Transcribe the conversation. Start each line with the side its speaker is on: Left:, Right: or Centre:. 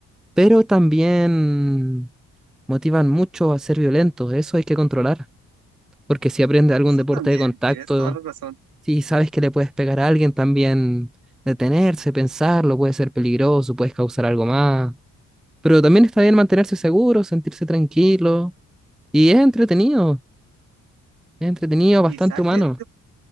Centre: pero también motivan mucho a ser violentos. Eso hay que controlar porque si aprendes algún
Right: eso
Centre: deporte
Right: también,
Centre: de contacto,
Right: tienes toda la razón.
Centre: si sabes que le puedes pegar a alguien, también detenerse, pensarlo, puede ser peligroso, puedes causar algo más. Pero también está bien mantenerse seguro, sentirse tranquilo. Y es entretenido, es entretenido, bastante
Right: Exacto,
Centre: humano.
Right: y algo que